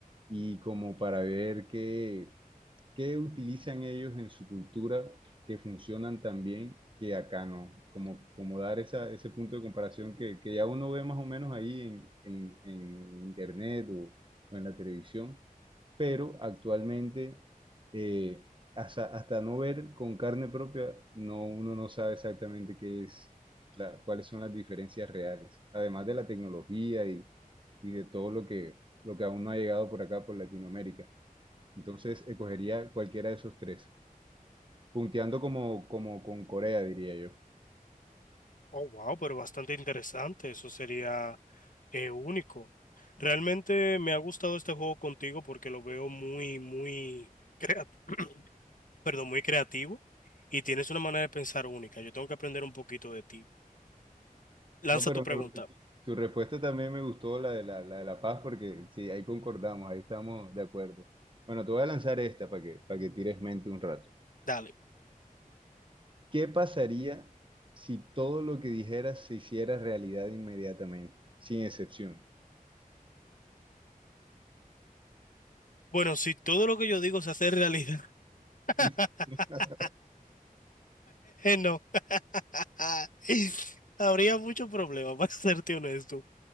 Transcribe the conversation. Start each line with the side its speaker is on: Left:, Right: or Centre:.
Right: y como para ver qué, ¿Qué utilizan ellos en su cultura que funcionan tan bien que acá no? Como, como dar esa, ese punto de comparación que, que ya uno ve más o menos ahí en, en- en internet o, o en la televisión, pero actualmente eh, hasta, hasta no ver con carne propia, no, uno no sabe exactamente qué es, la, cuáles son las diferencias reales, además de la tecnología y, y de todo lo que, lo que aún no ha llegado por acá, por Latinoamérica. Entonces, escogería cualquiera de esos tres, punteando como, como con Corea, diría yo.
Left: Oh, wow, pero bastante interesante, eso sería eh, único. Realmente me ha gustado este juego contigo porque lo veo muy, muy, crea- <clears throat> perdón, muy creativo y tienes una manera de pensar única. Yo tengo que aprender un poquito de ti. Lanza
Right: No, pero
Left: tu pregunta,
Right: tu, tu respuesta también me gustó, la de la, la de la paz, porque sí, ahí concordamos, ahí estamos de acuerdo. Bueno, te voy a lanzar esta para que, para que tires mente un rato.
Left: dale.
Right: ¿Qué pasaría si todo lo que dijeras se hiciera realidad inmediatamente, sin excepción?
Left: Bueno, si todo lo que yo digo se hace <laughs> realidad, <laughs>
Right: <laughs>
Left: No. <laughs> Habría mucho problema, <laughs> para serte honesto.